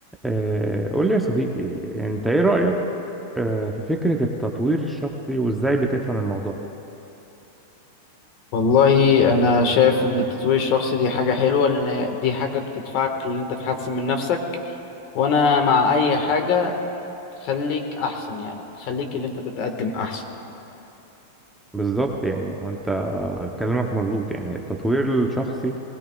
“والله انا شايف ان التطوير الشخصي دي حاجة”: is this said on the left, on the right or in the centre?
Left